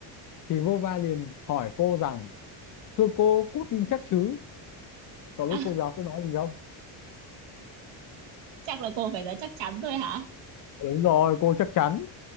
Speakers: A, on the left; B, on the right.
A: thì Vova liền hỏi cô rằng thưa cô cô tin chắc chứ cậu biết
B: à,
A: cô giáo sẽ nói gì không
B: chắc là cô phải nói chắc chắn thôi hả
A: đúng rồi cô chắc chắn